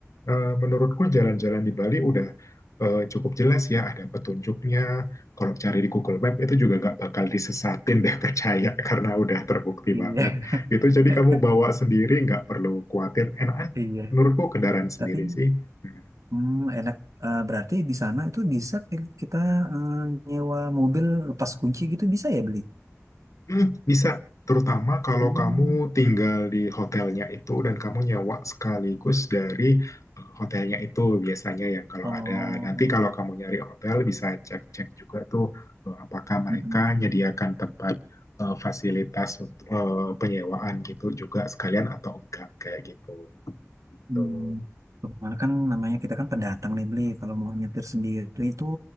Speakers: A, on the left; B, on the right.
A: eh, menurutku jalan-jalan di Bali udah eh, cukup jelas ya, ada petunjuknya. Kalau cari di Google Map itu juga nggak bakal disesatin deh, <laughs> percaya, karena udah terbukti
B: Iya,
A: banget. Itu jadi
B: <laughs>
A: kamu bawa sendiri, nggak perlu khawatir, enakan.
B: iya.
A: Menurutku kendaraan sendiri
B: Tapi
A: sih. Hmm.
B: hmm, enak. Eh, berarti di sana itu bisa ki- kita eh, nyewa mobil lepas kunci gitu bisa ya beli?
A: Hmm, bisa, terutama kalau
B: Hmm.
A: kamu tinggal di hotelnya itu dan kamu nyewa sekaligus dari eh, hotelnya itu biasanya ya kalau
B: Oh,
A: ada nanti kalau kamu nyari hotel bisa cek-cek juga tuh eh, apakah mereka
B: mm-mm.
A: menyediakan tempat eh, fasilitas untuk eh, penyewaan gitu juga sekalian atau enggak kayak gitu.
B: Hmm.
A: Tuh.
B: Kemarin kan namanya kita kan pendatang nih beli. Kalau mau nyetir sendiri itu